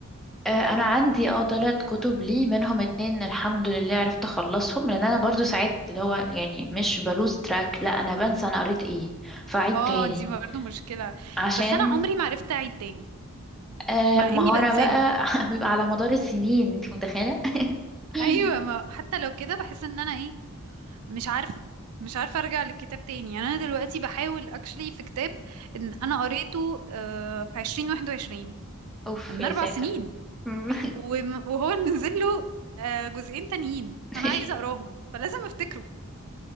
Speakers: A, in the centre; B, on the right.
A: آه، انا عندي اه ثلاث كتب لي منهم اتنين الحمد لله عرفت اخلصهم لان انا برضو ساعات اللي هو يعني مش بلوز تراك لا انا بنسى انا قريت ايه فاعيد
B: اه
A: تاني
B: دي برضه مشكله
A: عشان
B: بس انا عمري ما عرفت اعيد تاني
A: آه
B: مع
A: ما
B: اني
A: هو
B: بنساهم
A: انا بقى <laughs> بيبقى على مدار السنين انت متخيله <laughs>
B: ايوه ما حتى لو كده بحس ان انا ايه مش عارفة مش عارفة أرجع للكتاب تاني يعني أنا دلوقتي بحاول أكشلي في كتاب إن أنا قريته آه، في عشرين واحد وعشرين
A: اوف
B: من
A: يا
B: أربع
A: ساتر
B: سنين
A: مم.
B: وم- وهو نزل له آه، جزئين تانيين
A: <laughs>
B: فأنا عايزة أقراهم فلازم أفتكره